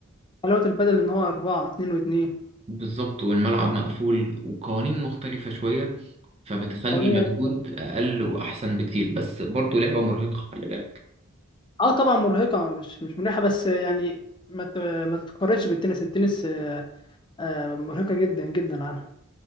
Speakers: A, on the left; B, on the right.
A: حلاوه البادل ان هو اربعه اتنين واتنين
B: بالظبط والملعب مقفول وقوانين مختلفة شوية فبتخلي
A: وأنا-
B: مجهود أقل وأحسن بكتير بس برضه لعبة مرهقة خلي بالك
A: اه طبعا مرهقه مش مش مريحه بس يعني ما ت- ما تتقارنش بالتنس التنس آه، آه، مرهقه جدا جدا عنها